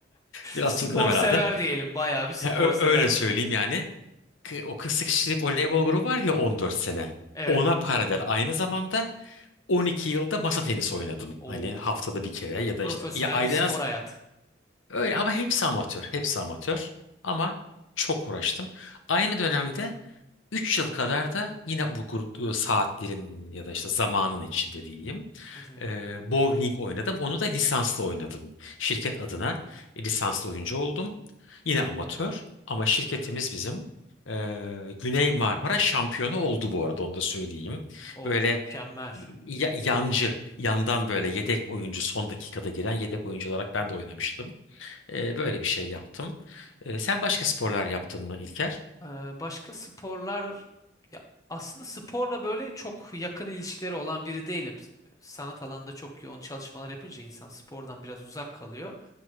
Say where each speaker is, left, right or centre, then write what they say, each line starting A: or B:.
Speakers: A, on the left; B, on the left.
A: Biraz
B: Spor
A: çılgınım herhalde.
B: sever diyelim. Bayağı bir spor
A: Ha, ö-
B: sever.
A: öyle
B: <laughs>
A: söyleyeyim yani. K- O 48 kişilik voleybol grubu var ya 14 sene.
B: Evet.
A: Ona paralel aynı zamanda 12 yılda masa tenisi oynadım.
B: Oo.
A: Hani haftada bir kere ya da
B: Profesyonel
A: işte ya ayda
B: bir spor
A: en az
B: hayat.
A: Öyle ama hepsi amatör. Hepsi amatör. Ama çok uğraştım. Aynı dönemde 3 yıl kadar da yine bu grup e, saatlerin ya da işte zamanın içinde diyeyim.
B: Hı hı.
A: E, bowling oynadım. Onu da lisanslı oynadım. Şirket adına lisanslı oyuncu oldum. Yine amatör ama şirketimiz bizim. e, Güney Marmara şampiyonu oldu bu arada onu da söyleyeyim.
B: Oo,
A: Böyle
B: mükemmel.
A: e, ya- yancı, yandan böyle yedek oyuncu son dakikada giren yedek oyuncu olarak ben de oynamıştım. E, böyle bir şey yaptım. E, sen başka sporlar yaptın mı İlker?
B: Ee, başka sporlar ya aslında sporla böyle çok yakın ilişkileri olan biri değilim. Sanat alanında çok yoğun çalışmalar yapınca insan spordan biraz uzak kalıyor.